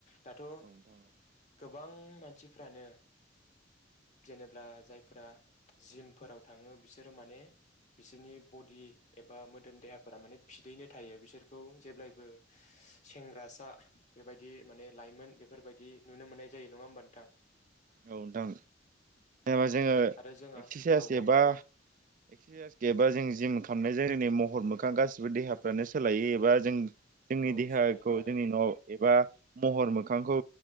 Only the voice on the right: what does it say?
औ नोंथां औ
औ नोंथां औ जोङो
एक्सारसाइस
एबा
एक्सारसाइस गैयाबा
जों जिम खालामनायजों जोंनि महर मोखां गासिबो देहा फ्रानो सोलायो एबा जों जोंनि
देहाखौ
जोंनि न'आव एबा महर मोखांखौ